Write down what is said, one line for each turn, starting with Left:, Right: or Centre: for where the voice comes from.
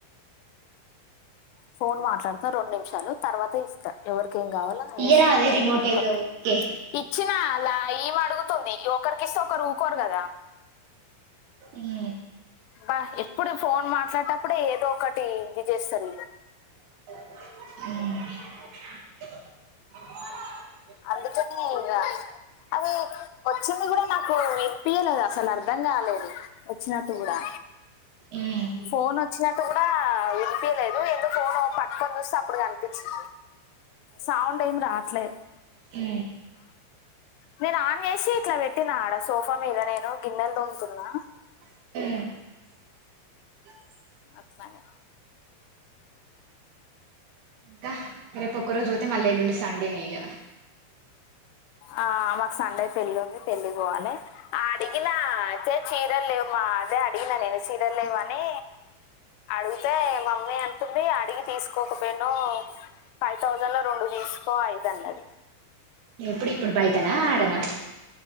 Left: ఫోన్ మాట్లాడుతా రెండు నిమిషాలు తర్వాత ఇస్తా ఎవర్ కేం గావాల్లో అదిస్తా
Right: ఇయ్యరా అదే రిమోట్
Left: ఒక
Right: ఏదో ఊకే
Left: ఇచ్చినా లా ఈమె అడుగుతుంది ఒకరికిస్తే ఒకరు ఊకోరు గదా
Right: ఈ
Left: బా ఎప్పుడు ఫోన్ మాట్లాటప్పుడే ఏదో ఒకటి ఇది జేస్సర్ వీళ్ళు
Right: అ
Left: అందుకనే ఇగ అదీ వచ్చింది కూడా నాకు విన్పియలేదు అసల్ అర్ధం గాలేదు ఒచ్చినట్టు గూడా
Right: మ్మ్
Left: ఫోన్ ఒచ్చినట్టు గూడా ఆ విన్పియలేదు ఎందు ఫోను పట్కోన్ చూస్సే ఇప్పుడు కన్పిచ్చి సౌండ్ ఏం రాట్లే
Right: ఊ
Left: నేను ఆన్ చేసి ఇట్ల వెట్టిన ఆడ సోఫా మీద నేను గిన్నెల్ దోమ్తున్నా
Right: <unintelligible>
Left: ఒక్ సా <inaudible>
Right: క రేప్ ఒక్కరోజు వోతే మళ్లీ ఎల్లుండి సండేనే ఇగ
Left: ఆ మాక్ సండే పెళ్ళుంది పెళ్ళి వోవాలే డిగినా చే చీరలు లేవుమా అదే అడిగిన నేను చీరల్ లేవనీ అడుగుతే మమ్మీ అన్ టుంది అడిగి తీసుకోకపోయినా ఫైవ్ థౌజండ్ లో రెండు తీసుకో అయితే అన్నది.
Right: ఎప్పుడు ఇప్పుడు బయటనా ఆడనా